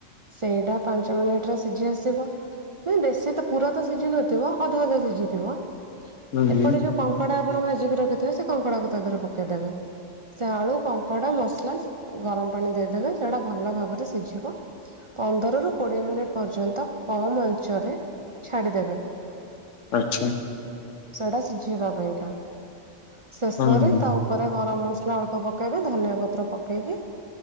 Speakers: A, on the right (about 50°); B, on the left (about 85°).
A: ସେଇଟା ପାଞ୍ଚ ମିନିଟରେ ସିଝି ଆସିବ। ବେଶୀ ତ ପୁରା ତ ସିଝି ନଥିବ ଅଧା ଅଧା ସିଝିଥିବ।
B: ହୁଁ
A: ଏପଟେ
B: ହୁଁ
A: ଯୋଉ କଙ୍କଡା ଆପଣ ଭାଜିକି ରଖିଥିବେ ସେ କଙ୍କଡାକୁ ତା ଧେରେ ପକେଇଦେବେ। ସେ ଆଳୁ, କଙ୍କଡା, ମସଲା ଗରମ ପାଣି ଦେଇଦେବେ ସେଟା ଭଲ ଭାବରେ ସିଝିବ। ପନ୍ଦରରୁ କୋଡ଼ିଏ ମିନିଟ୍ ପର୍ଯ୍ୟନ୍ତ କମ୍ ଆଞ୍ଚରେ ଛାଡ଼ିଦେବେ।
B: ଆଚ୍ଛା।
A: ସେଟା ସିଝେଇବା ପାଇଁକା ଶେଷରେ
B: ହୁଁ ହୁଁ
A: ତା ଉପରେ ଗରମ ମସଲା ଅଳ୍ପ ପକେଇବେ ଧନିଆ ପତ୍ର ପକେଇକି